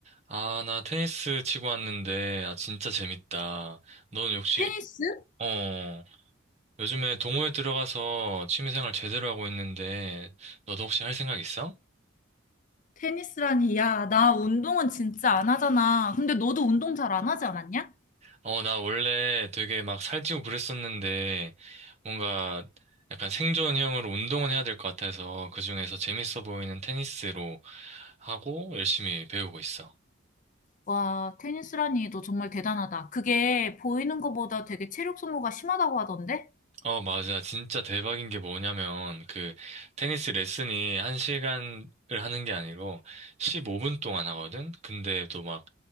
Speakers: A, on the right (about 35°); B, on the left (about 40°).
A: 아, 나 테니스 치고 왔는데, 아, 진짜 재밌다. 넌 역시,
B: 테니스?
A: 어, 요즘에 동호회 들어가서 취미생활 제대로 하고 있는데, 너도 혹시 할 생각 있어?
B: 테니스라니, 야, 나 운동은 진짜 안 하잖아. 근데 너도 운동 잘 안 하지 않았냐?
A: 어, 나 원래 되게 막 살찌고 그랬었는데, 뭔가 약간 생존형으로 운동은 해야 될 것 같아서, 그중에서 재밌어 보이는 테니스로 하고 열심히 배우고 있어.
B: 와, 테니스라니, 너 정말 대단하다. 그게 보이는 것보다 되게 체력 소모가 심하다고 하던데?
A: 어, 맞아. 진짜 대박인 게 뭐냐면, 그, 테니스 레슨이 한시간을 하는 게 아니고, 15분 동안 하거든? 근데 또 막,